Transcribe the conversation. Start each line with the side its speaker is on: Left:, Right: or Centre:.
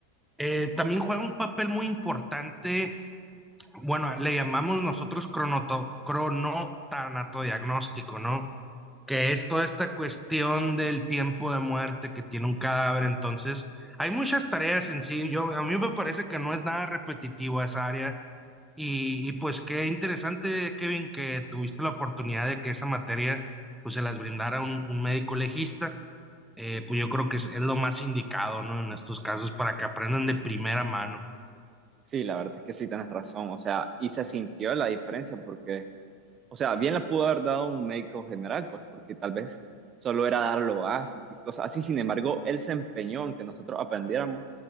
Centre: eh, también juega un papel muy importante, bueno, le llamamos nosotros cronoto, cronotanatodiagnóstico, ¿no? que es toda esta cuestión del tiempo de muerte que tiene un cadáver. Entonces, hay muchas tareas en sí. Yo, a mí me parece que no es nada repetitivo esa área. Y, y pues qué interesante, Kevin, que tuviste la oportunidad de que esa materia pues se las brindara un, un médico legista. Eh, pues yo creo que es, es lo más indicado, ¿no? En estos casos para que aprendan de primera mano.
Right: Sí, la verdad es que sí, tienes razón. O sea, y se sintió la diferencia porque o sea, bien la pudo haber dado un médico general, pues porque tal vez solo era dar lo básico y cosas así. Sin embargo, él se empeñó en que nosotros aprendiéramos